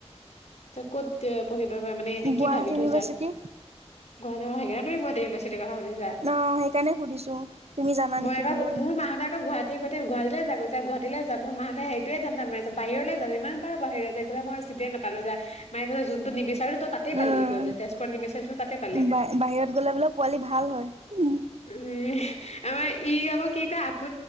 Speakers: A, on the left (about 70°); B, on the right (about 65°).
A: ত ক'ত পঢ়িবা ক মানে এনেই কি
B: গুৱাহাটী
A: ভাবি
B: ইউনিভাৰ্চিটি
A: থৈ ছাৰ গুৱাহাটী আহে ন তুমি গুৱাহাটী বছি কথা সুধছা
B: অ সেইকাৰণে সুধিছো তুমি জানা
A: মই
B: নেকি
A: এবাৰ
B: বোলো
A: মোৰ মাহত আকৌ গুৱাহাটী গোতে গুৱাহালি যাব যা গাহীলৈ যাম মাহঁতে সেইোৱোনা মাৰিছ বাহিৰলৈ যামমান পাৰ বাহিৰ য এইফাল মই চি নাপ পালো যে মায়ে কৈছে যোনটো নিবিচাৰিলি তই তাতে
B: উম
A: পালি গৈ বোলে তেজপুৰত নিবিচাৰিছিলি তাতে পালি।
B: বা বাহিৰত গ'লে পোৱালি ভাল হয় উ
A: উম, আমাৰ ই আকৌ কি কয় আপ